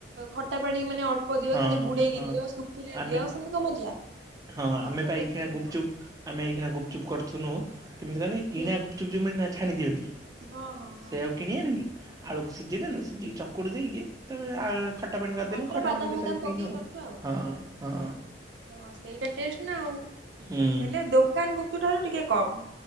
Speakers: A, on the right; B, on the right.
A: ଖଟା ପାଣି ମାନେ ଅଳ୍ପ ଦିଅ
B: ହଁ
A: ଖାଲି ବୁଡେଇକି
B: ହଁ
A: ଦିଅ ଶୁଖିଲା
B: ଆମେ
A: ଦିଅ ସେମିତି କ ମଜା
B: ହଁ
A: ମଜା
B: ଆମେ ପା
A: ସେମିତି
B: ଏଇଖିଣା
A: ନୁହଁ।
B: ଗୁପଚୁପ ଆମେ ଏଇଖିଣା ଗୁପଚୁପ୍ କରୁଥୁନୁ କେମିତି କହନି। କିଣା
A: ହୁଁ
B: ଗୁପୁଚୁପ ଯୋଉ ମିଳେନା ଛାଣିି ଦିଅନ୍ତି
A: ହଁ ହଁ ହଁ
B: ସେ ଆଉ କିଣେ ନିିଲୁ ଆଳକୁ ସିଝେଇ ଦଲୁ ସିଝିକ ଚକଟି ଦେଇକି ତାପ ଆ ଖଟା ପାଣି କରିଦେନୁ
A: ମଟର
B: ଖଟା
A: ବାଦାମ
B: ପାଣି
A: ଫାଦାମ ପକେଇକି
B: ପିଇନୁ
A: କରୁଛୁ ଆଉ।
B: ହଁ ହଁ
A: ହଁ ସେଇଟା ଟେଷ୍ଟ ନା ଆଉ
B: ହୁଁ
A: ହେଲେ ଦୋକାନ ଗୁପୁ ଠାରୁ ଟିକେ କମ୍।